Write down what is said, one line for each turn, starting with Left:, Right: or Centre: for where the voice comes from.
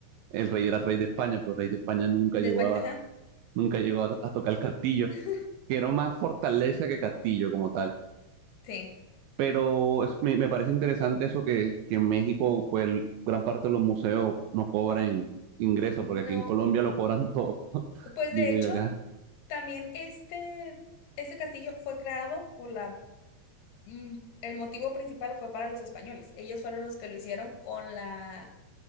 Right: El rey era rey de España, pero el rey de España nunca
Left: De
Right: llegó
Left: España,
Right: a,
Left: ajá.
Right: nunca llegó a, a tocar el castillo,
Left: <laughs>
Right: que era más fortaleza que castillo como tal.
Left: Sí.
Right: Pero es- me, me parece interesante eso que, que en México, pues el- gran parte de los museos no cobran ingresos,
Left: No.
Right: porque aquí en Colombia lo cobran todo. <laughs>
Left: Pues
Right: Digo
Left: de hecho,
Right: yo acá.
Left: también este, este castillo fue creado, o la, mm, el motivo principal fue para los españoles. Ellos fueron los que lo hicieron con la